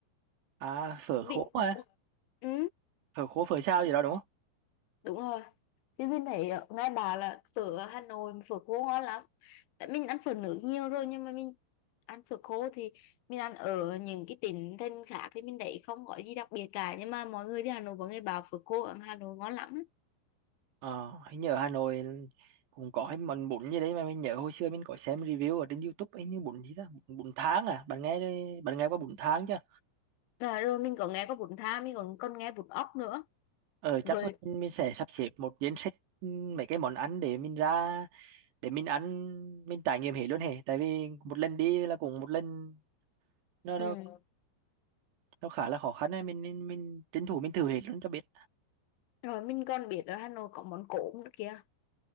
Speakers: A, on the right (about 65°); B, on the left (about 80°).
A: à phở
B: Bị
A: khô à
B: Ủa, ừ.
A: phở khô phở sao gì đó đúng không
B: đúng rồi chứ bên thấy ở ngay bà là phở ở Hà Nội phở khô ngon lắm tại mình ăn phở nước nhiều rồi nhưng mà mình ăn phở khô thì mình ăn ở những cái tỉnh thành khác thì mình thấy không có gì đặc biệt cả nhưng mà mọi người đi Hà Nội mọi người bảo phở khô ở Hà Nội ngon lắm
A: ờ hình như ở Hà Nội cũng có cái món bún gì đấy mà mình nhớ hồi xưa mình có xem review ở trên YouTube ấy như bún gì đó bún, bún tháng à bạn nghe bạn nghe qua bún tháng chưa
B: rồi, rồi mình có nghe có bún thang mình còn còn nghe bún ốc nữa
A: ờ
B: với
A: chắc mình, mình sẽ sắp xếp một danh sách ừ, mấy cái món ăn để mình ra để mình ăn mình trải nghiệm hết luôn hề tại vì một lần đi là cũng một lần nó
B: ừ.
A: nó nó khá là khó khăn ấy mình mình mình tranh thủ mình thử hết luôn cho biết
B: rồi mình còn biết ở Hà Nội có món cốm nữa kìa